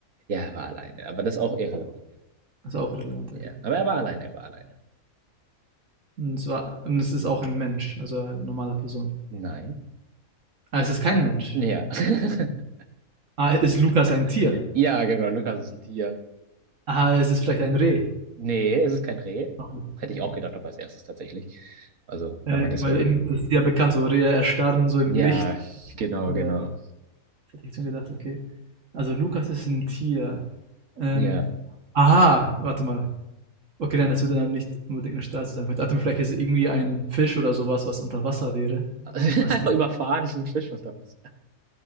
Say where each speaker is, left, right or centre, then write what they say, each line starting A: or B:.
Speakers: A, on the right (about 80°); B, on the right (about 65°).
A: Ja, er war alleine. Aber das ist auch irrelevant.
B: Ist auch relevant,
A: Ja.
B: okay.
A: Aber er war alleine, er war alleine.
B: Und es, war, und es ist auch ein Mensch, also eine normale Person.
A: Nein.
B: Ah, es ist kein Mensch.
A: Ja. <laughs>
B: Ah, ist Lukas ein Tier?
A: Ja, genau. Lukas ist ein Tier.
B: aha, es ist vielleicht ein Reh.
A: Nee, es ist kein Reh.
B: Ach,
A: Hätte
B: okay.
A: ich auch gedacht, aber als erstes tatsächlich. Also,
B: Äh,
A: wenn man das
B: weil
A: hört.
B: das ist ja bekannt, so Rehe erstarren so im
A: Ja,
B: Licht.
A: genau,
B: Äh,
A: genau.
B: hätte ich jetzt gedacht, okay. Also Lukas ist ein Tier. Ähm,
A: Ja.
B: aha, warte mal. Okay, dann es wird dann nicht unbedingt eine Straße sein. Ich dachte mir, vielleicht ist es irgendwie ein Fisch oder sowas, was unter Wasser wäre.
A: <laughs> Einfach
B: Und das
A: überfahren, ein Fisch unter Wasser.